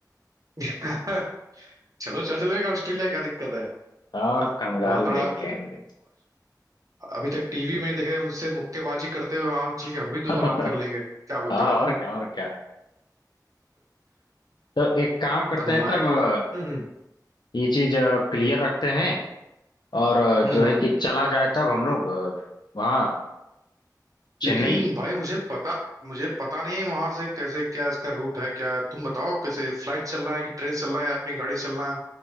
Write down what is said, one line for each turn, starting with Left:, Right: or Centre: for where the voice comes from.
Right: <laughs> चलो चल चलेगा ऑस्ट्रेलिया क्या दिक्कत है
Left: और कंगारू
Right: वहां थोड़ा
Left: देख के आएंगे
Right: अभी तक टीवी में देखे उनसे मुक्केबाजी करते हुए वहां चल के हम भी दो
Left: <laughs>
Right: दो हाथ कर लेंगे क्या बोलते
Left: हाँ और क्या और क्या तो एक काम
Right: हैं
Left: करते
Right: घुमाए
Left: हैं तब अ,
Right: हम्म हम्म
Left: ये चीज क्लियर रखते हैं और अ, जो
Right: हम्म। हम्म।
Left: है कि चला जाए तब हम लोग अ, वहाँ
Right: लेकिन
Left: चेन्नई
Right: भाई मुझे पता मुझे पता नहीं है वहां से कैसे क्या इसका रूट है क्या तुम बताओ कैसे फ्लाइट चलना है कि ट्रेन चलना है या अपनी गाड़ी चलना है